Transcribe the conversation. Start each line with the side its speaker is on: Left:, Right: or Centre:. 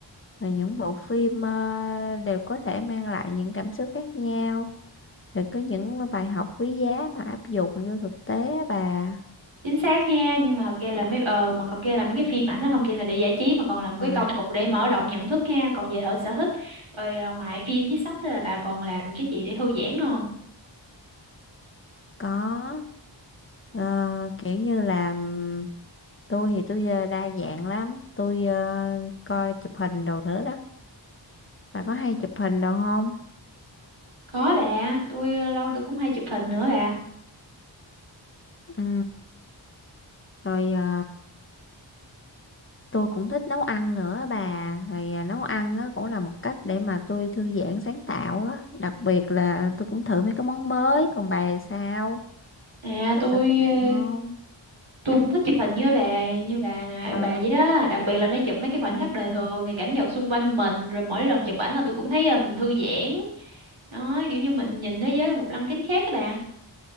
Left: rồi những bộ phim ờ, đều có thể mang lại những cảm xúc khác nhau rồi có những bài học quý giá mà áp dụng vô thực tế á bà
Right: chính xác ha nhưng mà thật ra là mấy ờ mà thật ra là mấy cái phim ảnh nó không chỉ là để giải trí mà còn là một
Left: Ờ,
Right: cái công cụ để mở rộng nhận thức ha còn về hệ sở thích rồi ờ, ngoài phim với sách là bà còn làm cái gì để thư giãn nữa không
Left: có Ờ, kiểu như là ừm, tôi thì tôi ờ, đa dạng lắm tôi ờ, coi chụp hình đồ nữa đó bà có hay chụp hình đồ không
Right: có bà tôi ờ, lâu tôi cũng hay chụp hình nữa bà
Left: ừ rồi ờ, tôi cũng thích nấu ăn nữa á bà thì à, nấu ăn á, cũng là một cách để mà tôi thư giãn sáng tạo á đặc biệt là tôi cũng thử mấy cái món mới còn bà thì sao
Right: à
Left: có
Right: tôi
Left: sở thích
Right: ờ,
Left: gì không
Right: tôi cũng thích chụp hình như bà như bà nè
Left: ờ
Right: bà vậy đó đặc biệt là mấy chụp mấy cái khoảnh
Left: ờ
Right: khắc đời thường rồi cảnh vật xung quanh mình rồi mỗi lần chụp ảnh là tôi cũng thấy ờ, mình thư giãn đó kiểu như mình nhìn thế giới một lăng kính khác các bà